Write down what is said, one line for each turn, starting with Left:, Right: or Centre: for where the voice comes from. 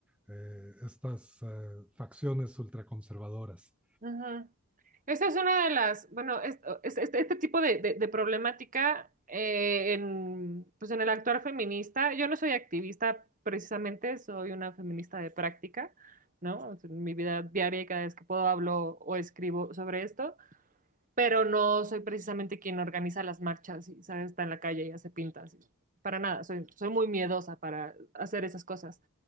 Centre: eh, estas eh, facciones ultraconservadoras.
Right: Ujú. Esta es una de las, bueno, es- es- este, este tipo de, de- de problemática eh, en, pues en el actuar feminista, yo no soy activista precisamente, soy una feminista de práctica, ¿no? O sea, En mi vida diaria, y cada vez que puedo, hablo o escribo sobre esto, pero no soy precisamente quien organiza las marchas y, ¿sabes? Está en la calle y hace pintas. y- para nada, soy, soy muy miedosa para hacer esas cosas.